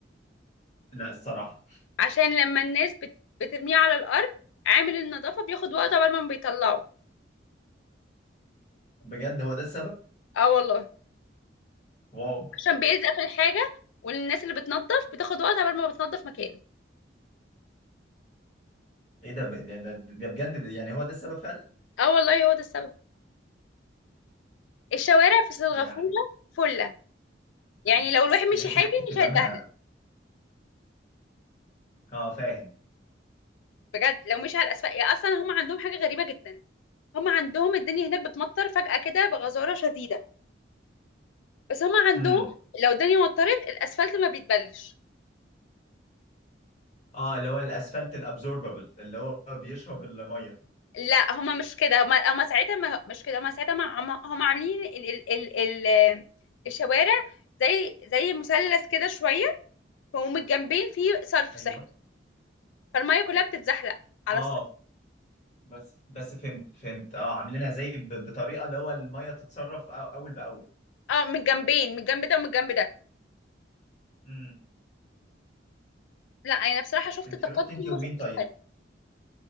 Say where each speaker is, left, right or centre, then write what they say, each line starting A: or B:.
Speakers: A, on the left (about 40°); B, on the left (about 85°).
A: لا الصراحه
B: عشان لما الناس بت... بترميه على الارض عامل النظافة بياخد وقت عبال ما بيطلعه
A: بجد هو ده السبب
B: اه والله
A: واو
B: عشان بيلزق في الحاجة والناس اللي بتنظف بتاخد وقت عبال ما بتنظف مكانه
A: ايه ده ب- ده, ده, ده بجد ده يعني هو ده السبب فعلا
B: اه والله هو ده السبب الشوارع في سنغافورة
A: يعني
B: فلة يعني
A: الناس
B: لو الواحد
A: الناس
B: مشي حاجة
A: اهتمامها
B: مش هيتدهن
A: اه فاهم
B: بجد لو مشي على الاسفل يا اصلا هم عندهم حاجة غريبة جدا هم عندهم الدنيا هناك بتمطر فجأة كده بغزارة شديدة بس هم عندهم
A: امم
B: لو الدنيا مطرت الاسفلت ما بيتبلش
A: اه اللي هو الاسفلت الابزوربابل اللي هو بيشرب الميه
B: لا هما مش كده هما هما ساعتها ما مش كده هما ساعتها ما هما هما عاملين ال ال ال ال الشوارع زي زي مثلث كده شويه ومن الجنبين فيه صرف
A: ايوه
B: صحي فالميه كلها بتتزحلق
A: اه
B: على الصرف
A: بس بس فهمت فهمت اه عاملينها زي ب- بطريقه اللي هو الميه تتصرف أو- اول باول
B: اه من الجنبين من الجنب ده ومن الجنب ده
A: امم
B: لا انا بصراحه شفت
A: انت
B: تقدم
A: رحت انت ومين
B: وما شفتش
A: طيب
B: فرق.